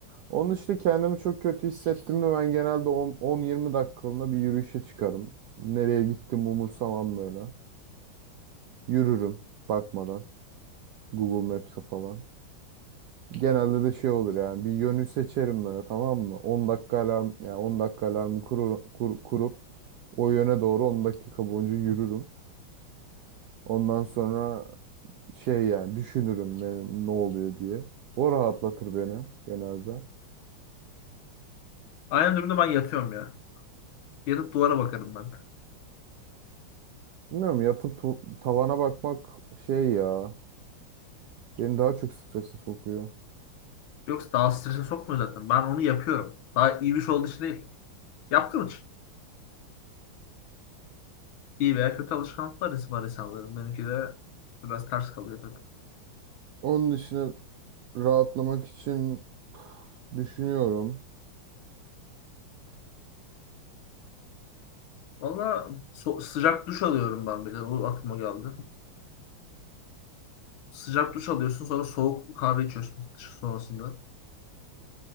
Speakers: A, on the right; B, on the left.
A: Onun işte kendimi çok kötü hissettiğimde ben genelde 10 10-20 dakikalığına bir yürüyüşe çıkarım. Nereye gittim umursamam böyle. Yürürüm bakmadan Google Maps'e falan. Genelde de şey olur yani bir yönü seçerim böyle tamam mı? 10 dakika alarm yani 10 dakika alarmı kurur- kur- kurup o yöne doğru 10 dakika boyunca yürürüm. Ondan sonra şey yani düşünürüm ne, ne oluyor diye. O rahatlatır beni genelde.
B: Aynı durumda ben yatıyorum ya. Yatıp duvara bakarım ben de.
A: Bilmiyorum yatıp tu- tavana bakmak şey ya beni daha çok strese sokuyor.
B: Yoksa daha strese sokmuyor zaten. Ben onu yapıyorum. Daha iyi bir şey olduğu için değil. Yaptığım için. İyi veya kötü alışkanlıklar var insanların. Benimki de biraz ters kalıyor tabii.
A: Onun dışında rahatlamak için düşünüyorum.
B: Valla so- sıcak duş alıyorum ben bir de. O aklıma geldi. Sıcak duş alıyorsun sonra soğuk kahve içiyorsun sonrasında.